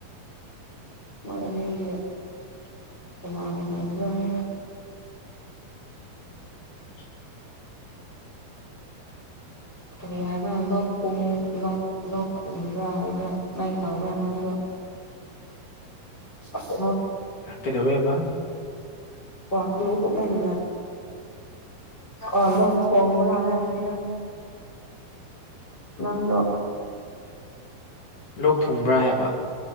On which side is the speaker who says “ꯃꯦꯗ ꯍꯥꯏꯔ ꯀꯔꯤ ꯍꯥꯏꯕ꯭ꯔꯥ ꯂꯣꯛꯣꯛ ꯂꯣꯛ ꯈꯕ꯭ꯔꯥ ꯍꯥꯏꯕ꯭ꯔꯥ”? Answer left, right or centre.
Left